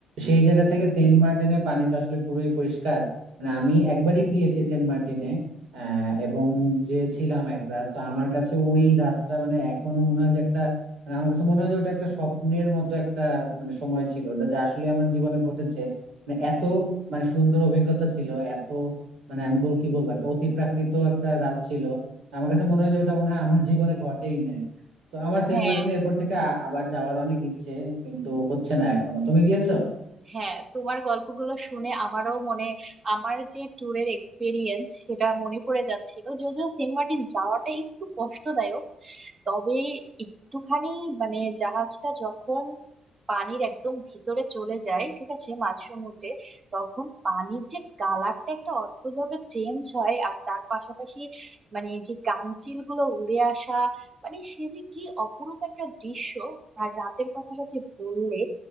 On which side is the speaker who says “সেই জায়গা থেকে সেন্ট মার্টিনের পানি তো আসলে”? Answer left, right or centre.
Right